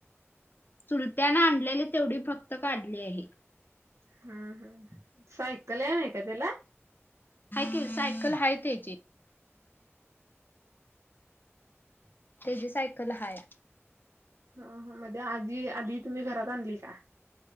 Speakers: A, on the left; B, on the right.
A: चुलत्यान आणलेले तेवढी फक्त काढली आहे
B: हम् हम् सायकल आहेम आहे का त्याला
A: क सायकल ह त्याची
B: <inaudible>
A: तेची सायकल हाये.
B: हो मध्ये आजी आधी तुम्ही घरात आणली का?